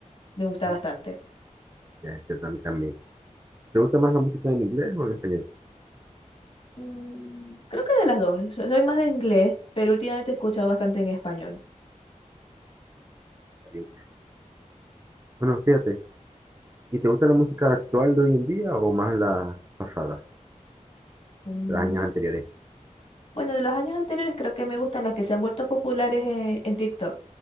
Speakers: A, on the left (about 50°); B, on the right (about 20°).
A: Me gusta
B: Mm,
A: bastante.
B: Ya, es cierto, a mí también. ¿Te gusta más la música en inglés o en español?
A: Mm, Creo que de las dos. So- Soy más de inglés, pero últimamente he escuchado bastante en español.
B: Está bien. Bueno, fíjate. ¿Y te gusta la música actual de hoy en día o más la pasada,
A: Mm,
B: de los años anteriores?
A: Bueno, de los años anteriores creo que me gustan las que se han vuelto populares en, en TikTok.